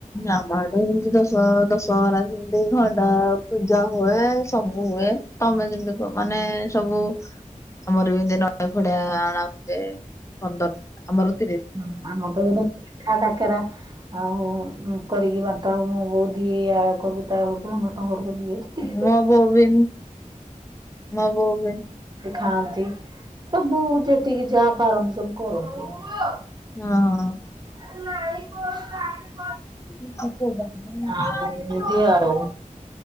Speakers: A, on the left; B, on the right.
A: ଆମ ଆଡେ ଏମିତି ଦଶ ଦଶହରା ଯେମିତି ଖଣ୍ଡା ପୂଜା ହୁଏ ସବୁ । ହୁଏ ତମେ କେମିତି କଁ ମାନେ ସବୁ। ଆମର ବି ଏମତି ନଡିଆ ଫଡିଆ ଆଣା ହୁଏ ପନ୍ଦର ଆମର ।
B: ହ ଆମ ର ତ ପିଠା କାକେରା ଆଉ କରିକି ବାଣ୍ଟା ହବ ମୋ ବୋଉ ଦିଏ ୟା କରୁକୁ ତା ଘ୍ <inaudible> ଏଠା।
A: ମୋ ବୋଉ ବି ମୋ ବୋଉ ବି
B: ଖାଆନ୍ତି ତ ବୋଉ ଯେତିକି ଯାହା ପାରନ୍ତି ସବୁ କରନ୍ତି ଆଉ।
A: ହଁ।
B: <inaudible>
A: <inaudible>
B: ଆଉ ଏମିତି ଆଉ